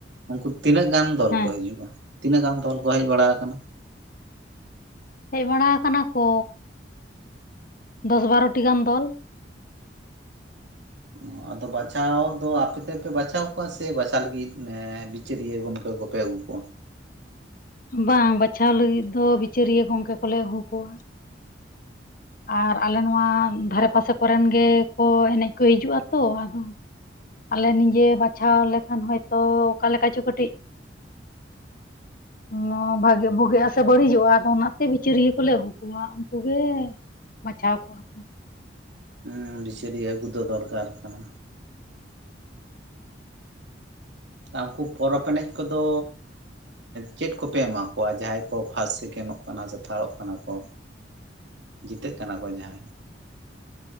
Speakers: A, on the right (about 70°); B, on the left (about 50°).
A: ᱩᱱᱠᱩᱫ ᱛᱤᱱᱟᱹᱜ ᱜᱟᱱ ᱫᱚᱞ
B: ᱦᱮᱸ
A: ᱠᱚ ᱦᱤᱡᱩᱜᱼᱟ ᱛᱤᱱᱟᱹᱜ ᱜᱟᱱ ᱫᱚᱞ ᱠᱚ ᱦᱮᱡ ᱵᱟᱲᱟ ᱟᱠᱟᱱᱟ?
B: ᱦᱮᱡ ᱵᱟᱲᱟ ᱟᱠᱟᱱᱟ ᱠᱚ᱾ ᱫᱚᱥ ᱵᱟᱨᱚᱴᱤ ᱜᱟᱱ ᱫᱚᱞ᱾
A: ᱚ ᱟᱫᱚ ᱵᱟᱪᱷᱟᱣ ᱫᱚ ᱟᱯᱮ ᱛᱮᱯᱮ ᱵᱟᱪᱷᱟᱣ ᱠᱚᱣᱟ ᱥᱮ ᱵᱟᱪᱷᱟ ᱞᱟᱹᱜᱤᱫ ᱢᱤᱫ ᱪᱟᱹᱨᱤᱭᱟᱹ ᱜᱚᱝᱠᱮ ᱠᱚᱯᱮ ᱟᱹᱜᱩ ᱠᱚᱣᱟ᱾
B: ᱵᱟᱝ ᱵᱟᱪᱷᱟᱣ ᱞᱟᱹᱜᱤᱫ ᱫᱚ ᱵᱤᱪᱟᱹᱨᱤᱭᱟᱹ ᱜᱚᱝᱠᱮ ᱠᱚᱞᱮ ᱟᱹᱦᱩ ᱠᱚᱣᱟ᱾ ᱟᱨ ᱟᱞᱮ ᱱᱚᱣᱟ ᱫᱷᱟᱨᱮ ᱯᱟᱥᱮ ᱠᱚᱨᱮᱱ ᱜᱮᱠᱚ ᱮᱱᱮᱡ ᱠᱚ ᱦᱤᱡᱩᱜᱼᱟ ᱛᱚ ᱟᱫᱚ ᱟᱞᱮ ᱱᱤᱡᱮ ᱵᱟᱪᱷᱟᱣ ᱞᱮᱠᱷᱟᱱ ᱦᱚᱭᱛᱚ ᱚᱠᱟ ᱞᱮᱠᱟ ᱪᱚ ᱠᱟᱹᱴᱤᱡ ᱢᱚ ᱵᱷᱟᱜᱤ ᱵᱷᱩᱜᱤ-ᱟ ᱥᱮ ᱵᱟᱹᱲᱤᱡᱚᱜ-ᱟ ᱟᱫᱚ ᱚᱱᱟᱛᱮ ᱵᱤᱪᱟᱹᱨᱤᱭᱟᱹ ᱠᱚᱞᱮ ᱟᱹᱜᱩ ᱠᱚᱣᱟ ᱩᱱᱠᱩ ᱜᱮ ᱵᱟᱪᱷᱟᱣ ᱠᱚᱜᱣᱟ ᱠᱚ᱾
A: ᱦᱩ ᱵᱤᱪᱟᱹᱨᱤᱭᱟᱹ ᱟᱹᱜᱩ ᱫᱚ ᱫᱚᱨᱠᱟᱨ ᱠᱟᱱᱟ᱾ ᱟᱠᱩ ᱯᱚᱨᱚᱵᱽ ᱮᱱᱮᱡ ᱠᱚᱫᱚ ᱪᱮᱫ ᱠᱚᱯᱮ ᱮᱢᱟ ᱠᱚᱣᱟ ᱡᱟᱦᱟᱸᱭ ᱠᱚ ᱯᱷᱟᱥᱴ ᱥᱮᱠᱮᱱ ᱱᱚᱜ? ᱚᱱᱟ ᱡᱮ ᱡᱛᱷᱟᱲᱚᱜ ᱠᱟᱱᱟ ᱠᱚ᱾ ᱡᱤᱛᱟᱹᱜ ᱠᱟᱱᱟ ᱠᱚ ᱡᱟᱦᱟᱸᱭ᱾